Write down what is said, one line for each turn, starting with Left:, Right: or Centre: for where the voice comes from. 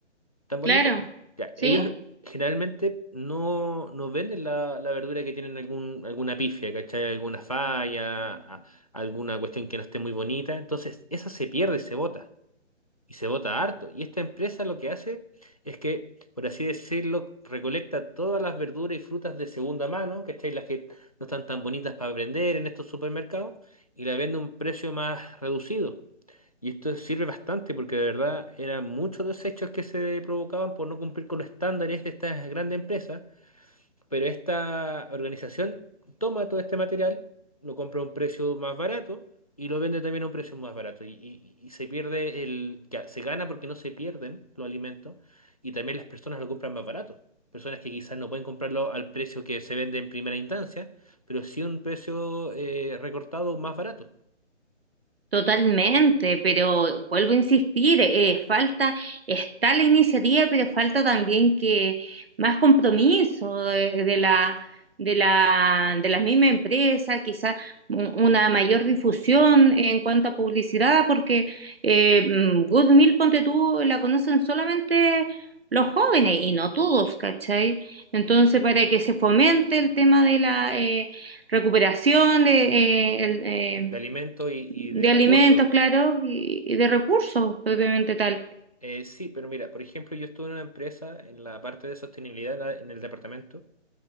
Left: ¿Tan bonita?
Right: claro,
Left: Ya,
Right: ¿sí?
Left: ellos generalmente no, no venden la, la verdura que tienen algún, alguna pifia, ¿cachai? Alguna falla, a- alguna cuestión que no esté muy bonita. Entonces, esa se pierde y se bota y se vota harto. Y esta empresa lo que hace es que, por así decirlo, recolecta todas las verduras y frutas de segunda mano, ¿cachai? Las que no están tan bonitas para vender en estos supermercados y la vende a un precio más reducido. Y esto sirve bastante porque de verdad eran muchos desechos que se provocaban por no cumplir con los estándares de estas grandes empresas pero esta organización toma todo este material, lo compra a un precio más barato y lo vende también a un precio más barato. Y, y- y se pierde el... que Se gana porque no se pierden los alimentos y también las personas lo compran más barato. Personas que quizás no pueden comprarlo al precio que se vende en primera instancia, pero sí un precio eh, recortado más barato
Right: Totalmente, pero vuelvo a insistir, eh, falta, está la iniciativa, pero falta también que más compromiso de, de la, de la, de la misma empresa, quizás una mayor difusión en cuanto a publicidad, porque eh, mm, Good Meal, ponte tú, la conocen solamente los jóvenes y no todos, ¿cachai? Entonces, para que se fomente el tema de la eh, recuperación, de, eh, el, eh,
Left: de alimentos y,
Right: de
Left: y de recursos.
Right: alimentos, claro, y, y de recursos propiamente tal.
Left: Eh, sí, pero mira, por ejemplo, yo estuve en una empresa en la parte de sostenibilidad en la- en el departamento